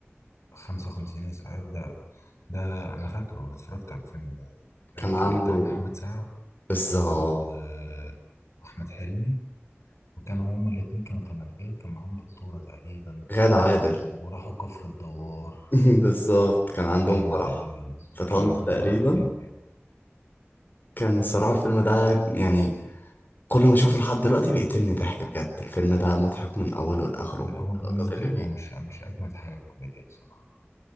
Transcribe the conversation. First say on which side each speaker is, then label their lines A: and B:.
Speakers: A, on the left (about 85°); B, on the left (about 45°).
A: 55 اسعاف ده ده انا فاكره انا اتفرجت على الفيلم ده
B: كان
A: آه، كان
B: عامله
A: بتاع محمد سعد
B: بالظبط
A: و... آه، واحمد حلمي وكانوا هما الاتنين كانوا تمرجية وكان معاهم دكتورة تقريبا
B: غادة عادل
A: وراحوا كفر الدوار
B: <laughs> بالظبط كان عندهم
A: ايوه
B: فرح
A: تقريبا
B: في طنطا
A: كان عندهم
B: تقريبا
A: فرح هناك ايوه
B: كان صراحة الفيلم ده يعني كل ما اشوفه لحد دلوقتي بيقتلني ضحك بجد الفيلم ده مضحك من اوله لاخره
A: وبال- هو بالنسبة
B: اللقطات اللي
A: لي
B: فيه
A: هو مش مش اجمد حاجة كوميديا بصراحة